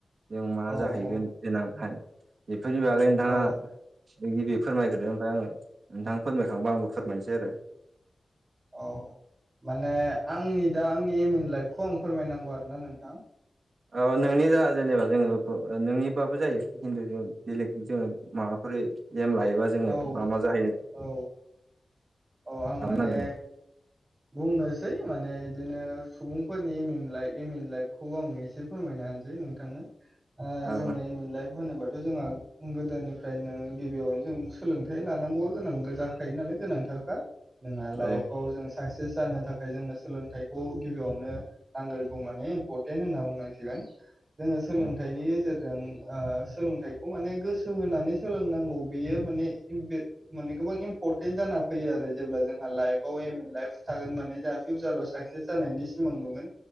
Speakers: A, on the right; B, on the right.
A: जों मा
B: औ
A: जाहैगोन गेनां हाया बेफोरनि बागै नोंथाङा
B: औ
A: गिबि फोरमायग्रो ओमफ्राय आङो नोंथां फोरमायखांबा आंबो फोरमायनोसै आरो
B: औ माने आंनि दा आंनि एम इन लाइफखौ आं फोरमायनांगौ आरोना नोंथां
A: औ नोंनि जा जेनेबा जोङो नोंनिबाबो जायो हिन्दु बेलेग जोङो माबाफोर एम लायोबा जोङो
B: औ
A: मा मा जाहैयो
B: औ औ आं
A: खालामनांगोन
B: माने बुंनोसै माने बिदिनो सुबुंफोरनि एम एम लाइ एम एम लाइफखौ आं एसे फोरमायनो होनसै नोंथांनो
A: औ
B: जोङो एम इन लाइफ होनोब जोंहा गोदोनिफ्रायनो गिबियावनो जों सोलोंथाइ लानांगौआ गोनां जाखायो नालाय गोनांथार जोंहा लाइफाव
A: औ
B: जों साक्सेस जानो थाखाय जोंनो सोलोंथाइखौ गिबियावनो नांग्रोगौ माने इम्परटेन्ट होनना बुंनांसिगोन जोङो सोलोंथाइनि
A: औ
B: गेजेरजों जों ओ सोलोंथाइखौ माने गोसो होनानै सोलोंनांगौ बियो माने माने गोबां इम्पर्टेन्ट जाना फैयो आरो जेब्ला जोंहा लाइफआव एम इन लाइफ थागोन माने जोंहा फिउचाराव साकसेस जानायनि सिमां नुगोन